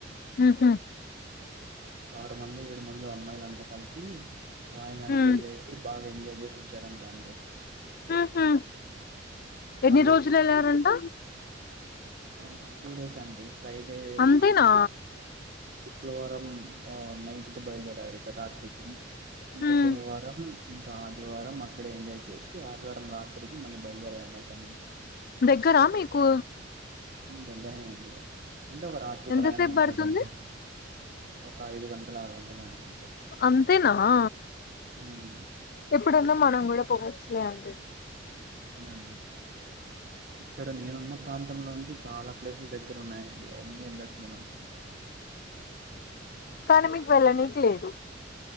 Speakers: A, on the left (about 50°); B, on the right (about 50°).
A: ఉహు
B: ఆరు మందో ఏడు మందో అమ్మాయిల అంతా కలిపి వాయనాడికి
A: ఉమ్
B: వెళ్ళేసి బాగా ఎంజాయ్ చేసి చారంటా అండి
A: ఉహు ఎన్ని
B: వాళ్ళు
A: రోజులు వెళ్లారంట
B: ఆ టూ డేస్ అండి ఫ్రైడే
A: అంతేనా
B: స శుక్రవారం ఆ నైట్ కి బయల్దేరారు ఇక్కడ రాత్రికి ఇంకా
A: ఉమ్
B: శనివారం ఇంకా ఆదివారం అక్కడ ఎంజాయ్ చేసి ఆదివారం రాత్రికి మళ్ళీ బయలుదేర నా కంచే
A: దగ్గరా మీకు
B: దగ్గరేనండి అంటే ఒక రాత్రి
A: ఎంతసేపు
B: ప్రయాణం అనుకోండి
A: పడుతుంది
B: అంతే ఒక ఐదు గంటలు ఆరు గంటలు అ అంతే
A: అంతేనా
B: ఉమ్,
A: ఎప్పుడన్నా మనం కూడా పోవచ్చులే అండి
B: అవునండి ఇక్కడ నేనున్న ప్రాంతం నుంచి చాలా ప్లేసులు దగ్గర ఉన్నాయండి అన్ని ఎల్లచు మనం
A: కానీ మీకు వెళ్ళనీకి లేదు